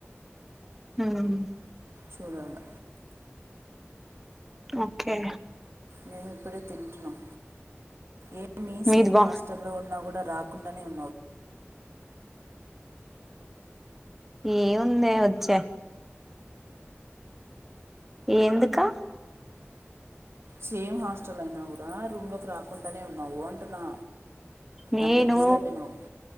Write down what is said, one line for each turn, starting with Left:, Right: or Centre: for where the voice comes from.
Centre: హ్మ్
Right: చూడాల
Centre: ఓకే
Right: మేము ఇప్పుడే తింటున్నాం ఏ మి
Centre: మీది
Right: సేమ్
Centre: బా
Right: హాస్టల్లో ఉన్నా కూడా రాకుండానే <inaudible>
Centre: ఏం ఉందే వచ్చే ఎందుకు
Right: సేమ్ హాస్టల్ అయినా కూడా రూమ్ లోకి రాకుండానే ఉన్నావు అంటున్నా
Centre: నేను
Right: అంత బిజీ అయిపోయినావు